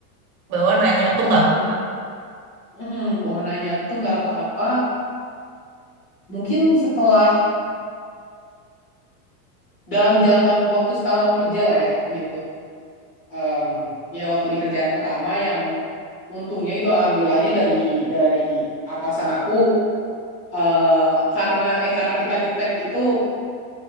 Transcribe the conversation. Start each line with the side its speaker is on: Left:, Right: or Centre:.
Right: bahwa nanya tuh
Left: hal-
Right: nggak apa-apa
Left: Mm, bahwa nanya tuh nggak apa-apa. Mungkin setelah dalam jangka waktu setahun aku kerja lah ya gitu Em, ya waktu di kerjaan pertama yang untungnya gitu alhamdulillahnya dari dari atasan aku eh karena eh karena kita di tech itu